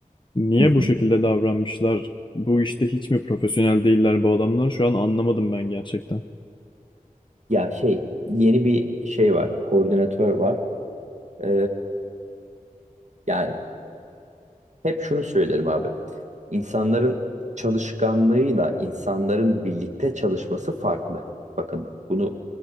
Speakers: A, on the left (about 35°); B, on the right (about 55°).
A: Niye
B: Hı hı.
A: bu şekilde davranmışlar? Bu işte hiç mi profesyonel değiller bu adamlar? Şu an anlamadım ben gerçekten.
B: Ya şey yeni bir şey var koordinatör var Ee, yani hep şunu söylerim abi insanların çalışkanlığıyla insanların birlikte çalışması farklı bakın bunu